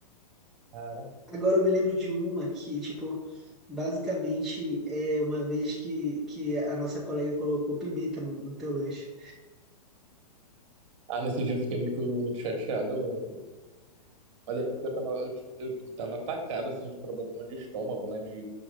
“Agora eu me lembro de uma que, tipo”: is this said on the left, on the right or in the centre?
Centre